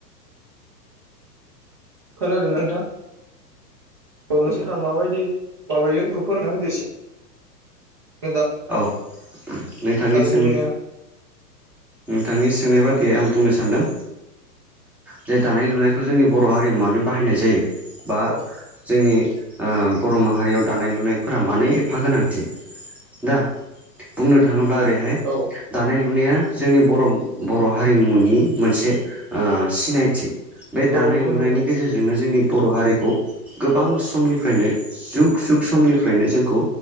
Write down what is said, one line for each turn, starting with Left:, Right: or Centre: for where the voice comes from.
Right: खोनादोंना नोंथां औ नोंसाहा माबायदि माबायो बेखौ फोरमायना होदो एसे <unintelligible>
Centre: औ नोंथांनिसिम
Right: दानाय लुनाया
Centre: नोंथांनि सोंनाय बादियै आं बुंनो सानदों। जे दानाय लुनायखौ जोंनि बर' हारियाव मानो बाहायनाय जायो बा
Right: औ
Centre: जोंनि ओ बर' माहारियाव दानाय लुनायफोरा मानो एफा गोनांथि दा बुंनो थाङोब्ला ओरैहाय
Right: औ
Centre: दानाय लुनाया जोंनि बर' बर' हारिमुनि मोनसे ओ सिनायथि बे
Right: औ
Centre: दानाय
Right: नंगौ
Centre: लुनायनि
Right: नोंथां
Centre: गेजेरजोंनो जोंनि बर' हारिखौ गोबां
Right: औ
Centre: समनिफ्रायनो जुग सुख समनिफ्रायनो जोंखौ